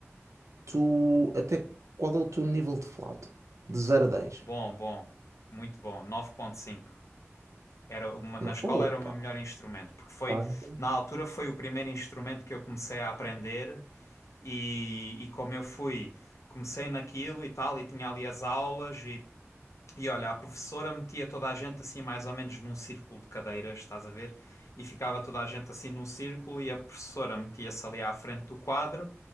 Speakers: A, on the right; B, on the left.
A: Tu, até qual é o teu nível de flauta? De zero a dez
B: Bom, bom, muito bom, 9.5. Era uma, na
A: Não,
B: escola
A: Opa!
B: era o meu melhor instrumento, porque foi,
A: pá, não
B: na altura foi o primeiro instrumento que eu comecei a aprender e, e como eu fui, comecei naquilo e tal, e tinha ali as aulas e E olha, a professora metia toda a gente assim, mais ou menos num círculo de cadeiras, estás a ver? E ficava toda a gente assim num círculo e a professora metia-se ali à frente do quadro.